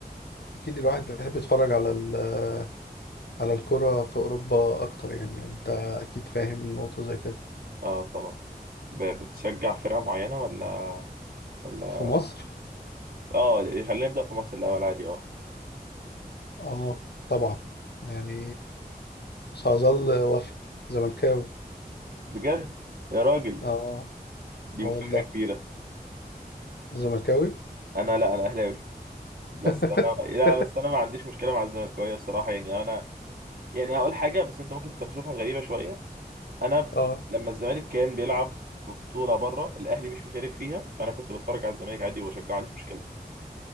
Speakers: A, on the left; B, on the right.
A: اكيد الواحد بيحب يتفرج على ال- آه، على الكرة في اوروبا اكتر يعني انت اكيد فاهم نقطة زي كده
B: اه طبعا ب- بتشجع فرقة معينة ولا ولا
A: في مصر
B: اه خلينا نبدأ في مصر الأول عادي اه
A: اه طبعا يعني سأظل وفي زملكاوي
B: بجد يا راجل
A: اه
B: دي
A: اه
B: مفاجأة
A: والله
B: كبيرة
A: زملكاوي
B: أنا لا أنا أهلاوي
A: <laughs>
B: بس أنا لا بس أنا ما عنديش مشكلة مع الزملكاوية بصراحة يعني أنا يعني هقول حاجة بس أنت ممكن تشوفها غريبة شوية أنا
A: اه
B: لما الزمالك كان بيلعب في بطولة بره الأهلي مش مشارك فيها فأنا كنت بتفرج على الزمالك عادي وبشجعه ما عنديش مشكلة